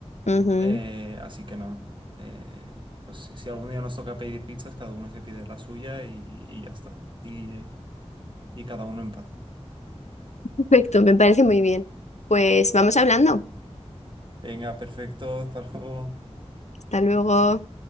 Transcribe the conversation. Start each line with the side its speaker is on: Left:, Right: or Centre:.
Left: Ujú,
Right: Eh, así que nada. Eh, pues si si algún día nos toca pedir pizzas, cada uno se pide la suya y, y ya está. Y, y cada uno en paz.
Left: Perfecto, me parece muy bien. Pues vamos hablando.
Right: Venga, perfecto. Hasta <laughs> luego.
Left: Hasta luego.